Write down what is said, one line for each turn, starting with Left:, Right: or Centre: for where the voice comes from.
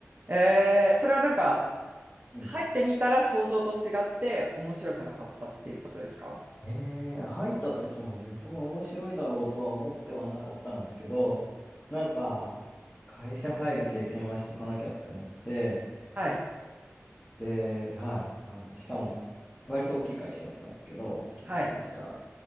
Right: えー、それはなんか、
Left: うん
Right: 入ってみたら想像と違って面白くなかったっていうことですか
Left: えー、入った時も別に面白いだろうとは思ってはなかったんですけど、なんか、会社入る経験はしとかなきゃって思って、
Right: はい。
Left: で、はい、あの、しかも、割と大きい会社だったんですけど、大きい会社
Right: はい。